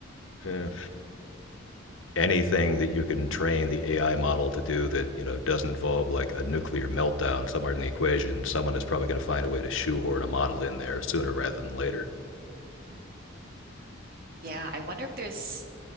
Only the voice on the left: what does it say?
eh, anything that you can train the AI model to do that you know doesn't involve like a nuclear meltdown somewhere in the equation, someone is probably going to find a way to shoehorn a model in there sooner rather than later.